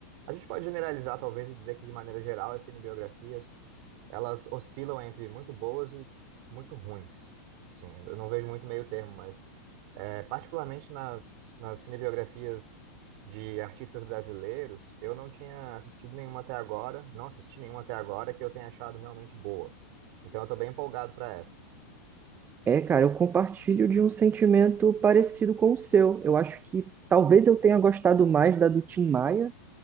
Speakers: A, on the right; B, on the right.
A: A gente pode generalizar, talvez, e dizer que, de maneira geral, as cinebiografias, elas oscilam entre muito boas e muito ruins. Assim, eu não vejo muito meio termo, mas, eh, particularmente nas, nas cinebiografias de artistas brasileiros, eu não tinha assistido nenhuma até agora, não assisti nenhuma até agora que eu tenha achado realmente boa. Então, eu estou bem empolgado para essa.
B: É, cara, eu compartilho de um sentimento parecido com o seu. Eu acho que talvez eu tenha gostado mais da do Tim Maia,